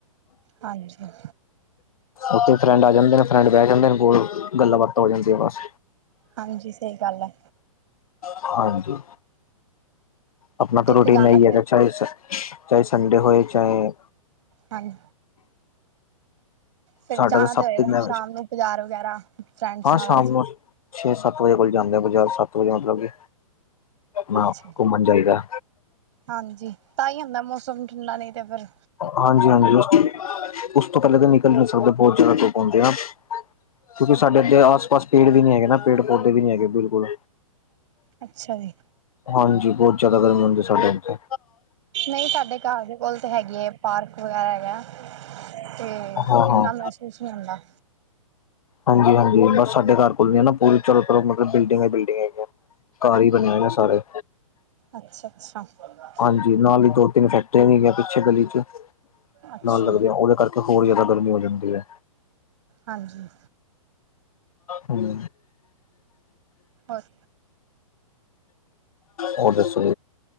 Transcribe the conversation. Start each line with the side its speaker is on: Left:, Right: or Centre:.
Right: ਹਾਂਜੀ।
Left: ਉੱਥੇ ਫਰੈਂਡ ਆ ਜਾਂਦੇ ਨੇ, ਫਰੈਂਡ ਬਹਿ ਜਾਂਦੇ ਨੇ, ਕੋਲ ਗੱਲਾਂ ਬਾਤਾਂ ਹੋ ਜਾਂਦੀਆਂ ਬਸ
Right: ਹਾਂਜੀ ਸਹੀ ਗੱਲ ਹੈ।
Left: ਹਾਂਜੀ ਆਪਣਾ
Right: ਕਿੱਥੇ
Left: ਤਾਂ ਰੋਟੀਨ
Right: ਜਾਣਾ
Left: ਹੀ
Right: ਫਿਰ
Left: ਹੈਗਾ, ਚਾਹੇ- ਚਾਹੇ ਸੰਡੇ ਹੋਏ ਚਾਹੇ
Right: ਹਾਂਜ ਫੇਿਰ
Left: ਸਾਡਾ
Right: ਜਾਨਾ ਤਾਂ
Left: ਸੱਤ
Right: ਹੋਏਗਾ
Left: ਦਿਨਾਂ
Right: ਸ਼ਾਮ
Left: ਵਿੱਚ
Right: ਨੂੰ ਬਜ਼ਾਰ ਵਗੈਰਾ ਫਰੈਂਡਸ
Left: ਹਾਂ
Right: ਨਾਲ
Left: ਸ਼ਾਮ
Right: ਅੱਜ।
Left: ਨੂੰ ਛੇ-ਸੱਤ ਵਜੇ ਕੋਲ ਜਾਂਦੇ ਆ, ਬਜ਼ਾਰ ਸੱਤ ਵਜੇ ਮਤਲਬ ਕਿ ਨਾ
Right: ਅੱਛਾ।
Left: ਆਪ ਘੁੰਮਨ ਜਾਈਦਾ
Right: ਹਾਂਜੀ, ਤਾਂ ਈ ਹੁੰਦਾ ਮੌਸਮ ਠੰਡਾ ਨਈ ਤੇ ਫੇਰ
Left: ਹਾਂਜੀ- ਹਾਂਜੀ, ਉਸ ਤੋਂ ਪੈਲੇ ਤੇ ਨਿਕਲ ਨੀ ਸਕਦੇ, ਬੋਤ ਜਿਆਦਾ ਲੋਕ ਔਂਦੇ ਐ ਕਿਉਂਕਿ ਸਾਡੇ ਐਦੇ ਆਸ-ਪਾਸ ਪੇੜ ਵੀ ਨੀ ਹੈਗੇ ਨਾ, ਪੇੜ-ਪੌਦੇ ਵੀ ਨੀ ਹੈਗੇ ਬਿਲਕੁਲ।
Right: ਅੱਛਾ ਜੀ
Left: ਹਾਂਜੀ, ਬੋਤ ਜਾਦਾ ਗਰਮੀ ਹੁੰਦੀ ਸਾਡੇ ਇੱਥੇ।
Right: ਨਈ, ਸਾਡੇ ਘਰ ਦੇ ਕੋਲ ਤੇ ਹੈਗੀ ਏ, ਪਾਰਕ ਵਗੈਰਾ ਹੈਗਾ। ਤੇ
Left: ਹਾਂ ਹਾਂ
Right: ਇੰਨਾ ਮੈਸੂਸ ਨਈ ਹੁੰਦਾ।
Left: ਹਾਂਜੀ- ਹਾਂਜੀ, ਬਸ ਸਾਡੇ ਘਰ ਕੋਲ ਨਈ ਐ ਨਾ, ਪੂਰੀ ਚਾਰੋਂ ਤਰਫ ਮਤਲਬ ਬਿਲਡਿੰਗ ਬਿਲਡਿੰਗ ਹੈਗੀਆਂ ਘਰ ਹੀ ਬਣੇ ਹੋਏ ਨੇ ਸਾਰੇ
Right: ਅੱਛ-ਅੱਛ ਅੱਛਾ <inaudible>
Left: ਹਾਂਜੀ, ਨਾਲ ਹੀ ਈ ਦੋ-ਤਿੰਨ ਫੈਕਟਰੀਆਂ ਵੀ ਹੈਗੀਆਂ, ਪਿੱਛੇ ਗਲੀ ਚ
Right: ਅੱਛਾ
Left: ਨਾਲ ਲੱਗਦੀਆਂ, ਓਹਦੇ ਕਰਕੇ, ਹੋਰ ਜ਼ਿਆਦਾ ਗਰਮੀ ਹੋ ਜਾਂਦੀ ਹੈ।
Right: ਹਾਂਜੀ
Left: ਹੂੰ
Right: ਹੋ <inaudible>
Left: ਹੋਰ ਦੱਸੋ